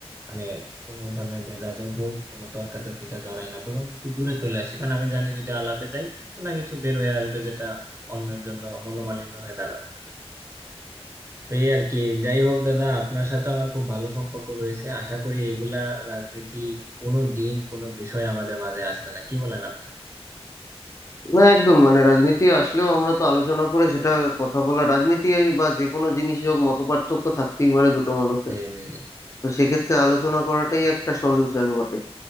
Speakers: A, on the right; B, on the left.
A: মানে কোনো ধরনের ভেদাভেদ হোক কোনো তর্কাতর্কিতে জড়াই না বরং একটু দূরে চলে আসি কারণ আমি জানি যদি আলাপে যাই কিছু না কিছু বের হয়ে আসবে যেটা অন্যের জন্য মনোমালিন্য হয়ে দাঁড়াবে তো এই আর কি যাই হোক দাদা আপনার সাথে আমার খুব ভালো সম্পর্ক রয়েছে আশা করি এগুলা রাজনীতি কোনো দিন কোনো বিষয় আমাদের মাঝে আসবে না কি বলেন আপনি
B: না একদম মানে রাজনীতি আসলেও আমরা তো আলোচনা করে সেটা কথা বলা রাজনীতি বা যে কোনো জিনিসই হোক মতপার্থক্য থাকতেই পারে দুটো মানুষের
A: জি জি জি
B: তো সেক্ষেত্রে আলোচনা করাটাই একটা সলিউশন বটে